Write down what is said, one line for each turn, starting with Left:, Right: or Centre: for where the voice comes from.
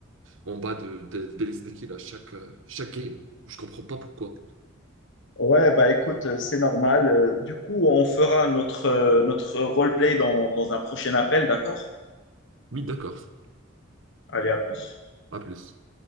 Right: en, en bas de, des des listes de kills à chaque, euh, chaque game. Je comprends pas pourquoi.
Left: Ouais, bah écoute, euh, c'est normal. Euh, du coup, on fera notre, euh, notre roleplay dans, dans un prochain appel, d'accord?
Right: Oui, d'accord.
Left: Allez, à plus.
Right: À plus.